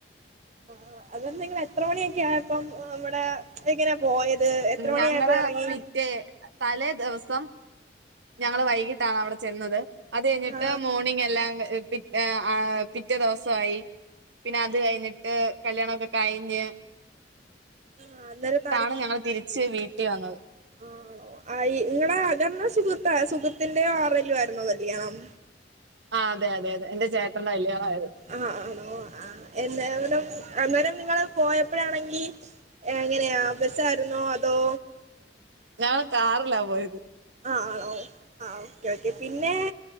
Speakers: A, on the right (about 40°); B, on the right (about 80°).
A: ആഹ് അതങ്ങ് നിങ്ങള് എത്ര മണിയൊക്കെ ആയപ്പം ഇവിടെ <unintelligible> എങ്ങനാ പോയത് എത്ര മണി
B: ഞങ്ങള്
A: ആയപ്പോ എറങ്ങി?
B: <unintelligible> തലേ ദെവസം ഞങ്ങള് വൈകിട്ടാണ് അവിടെ ചെന്നത് അത് കഴിഞ്ഞിട്ട്
A: ആ
B: മോർണിംഗ് എല്ലാം ക പി ഏഹ് ആഹ് പിറ്റേ ദെവസായി പിന്നെ അത് കഴിഞ്ഞിട്ട് കല്യണൊക്ക കഴിഞ്ഞ്
A: ആ, അന്നേരം
B: ട്ടാണ് ഞങ്ങള് തിരിച്ച് വീട്ടി വന്നത്
A: ആഹ് ആണോ ആഹ് ഇ ഇങ്ങളെ അകർന്ന സുഹൃത്താ സുഹൃത്തിന്റെയോ ആരുടേങ്കിലും ആയിരുന്നോ കല്യാണം
B: ആഹ് അതെ അതെ അതെ എന്റെ ചേട്ടന്റെ കല്യാണം ആയിരുന്നു
A: ആഹ് ആണോ ആഹ് എന്തായാലും അന്നേരം നിങ്ങള് പോയപ്പഴാണെങ്കി എങ്ങനെയാ ബസായിരുന്നോ അതോ
B: ഞാൻ കാറിലാ പോയത്
A: ആഹ് ആ ഓ ആഹ് ഓക്കെ ഓക്കെ പിന്നെ